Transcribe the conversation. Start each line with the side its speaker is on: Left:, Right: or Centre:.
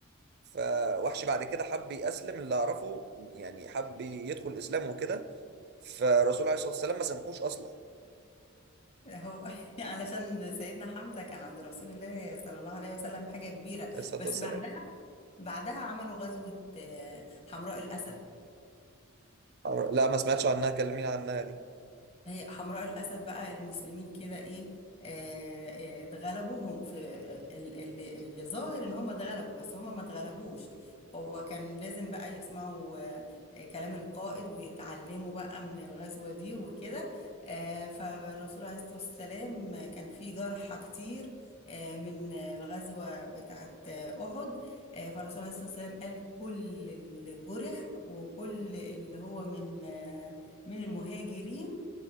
Right: فوحش بعد كده حب يأسلم اللي أعرفه يعني حب يدخل الإسلام وكده فالرسول عليه الصلاة والسلام ما سامحوش أصلا
Left: هو <laughs> علشان سيدنا حمزة كان عند رسول الله صلى الله عليه وسلم حاجة كبيرة
Right: عليه الصلاة
Left: بس
Right: والسلام
Left: بعدها بعدها عملوا غزوة آه، حمراء الأسد
Right: أو- لا ما سمعتش عنها كلمين عنها دي
Left: هي حمراء الأسد بقى المسلمين كده إيه آه، آه، اتغلبوا هم في آه، ال- اللي اللي ظاهر إن هم اتغلبوا بس هم ما اتغلبوش هو كان لازم بقى يسمعوا آه، آه، كلام القائد ويتعلموا بقى من الغزوة دي وكده آه، فالرسول عليه الصلاة والسلام كان في جرحى كتير آه، من الغزوة بتاعة آه، أحد آه، فالرسول عليه الصلاة والسلام قال كل اللي جرح وكل اللي هو من آه، من المهاجرين